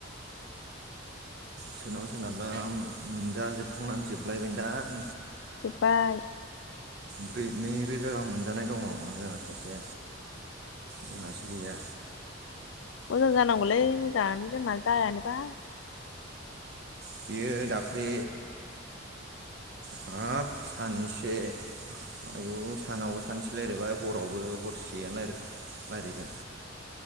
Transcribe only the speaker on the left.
जोबपाय
मोजां जानांगौलै मोजाङानो जों ना जायानो बा।